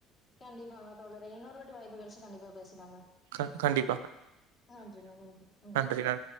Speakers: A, on the left; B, on the right.
A: கண்டிப்பா தோழரே இன்னொரு வாட்டி வாய்ப்பு கெடச்சா கண்டிப்பா பேசலாங்க.
B: க-கண்டிப்
A: நன்றிங்க நன்றி. ம்
B: நன்றி நன்றி